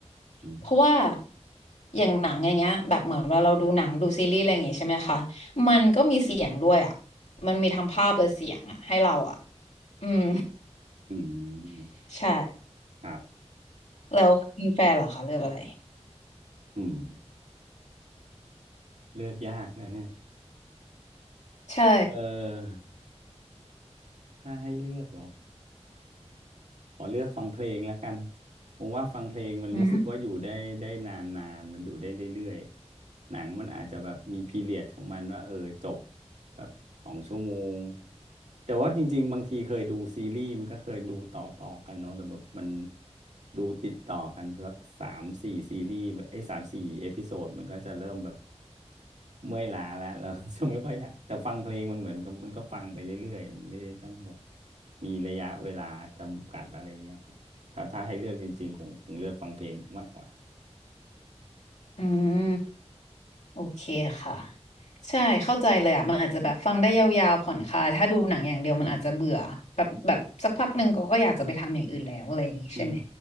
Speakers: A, on the right; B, on the left.
A: อืม
B: เพราะว่าอย่างหนังอย่างเงี้ยแบบเหมือนเวลาเราดูหนังดูซีรีส์อะไรอย่างเงี้ยใช่ไหมคะมันก็มีเสียงด้วยอ่ะมันมีทั้งภาพและเสียงอ่ะให้เราอ่ะอืม
A: อืม
B: <laughs> ใช่
A: ครับ
B: แล้วคุณแฟนเหรอคะเลือกอะไร
A: อืมเลือกยากนะเนี่ย
B: ใช่
A: เออถ้าให้เลือกเหรอขอเลือกฟังเพลงแล้วกันผมว่าฟังเพลงมันรู้สึกว่าอยู่ได้ได้นานๆมันอยู่ได้เรื่อยๆหนังมันอาจจะแบบมีพีเรียดของมันว่าเออจบ
B: อืม
A: แบบสองชั่วโมงแต่ว่าจริงๆบางทีเคยดูซีรีส์มันก็เคยดูต่อต่อกันเนาะแต่แบบมันดูติดต่อกันสักสามสี่ซีรีส์แบบไอ้สามสี่เอพิโซดมันก็จะเริ่มแบบเมื่อยล้าแล้วเราก็จะไม่ค่อยอยากแต่ฟังเพลงมันเหมือนกับมันก็ฟังไปเรื่อยๆมันไม่ได้ต้องแบบมีระยะเวลาจำกัดอะไรเงี้ยครับถ้าถ้าให้เลือกจริงๆคงคงเลือกฟังเพลงมากกว่า
B: อืม โอเคค่ะใช่เข้าใจเลยอ่ะมันอาจจะแบบฟังได้ยาวๆผ่อนคลายถ้าดูหนังอย่างเดียวมันอาจจะเบื่อแบบแบบสักพักหนึ่งก็ก็อยากจะไปทำอย่างอื่นแล้วอะไรอย่างงี้ใช่ไหม
A: อืม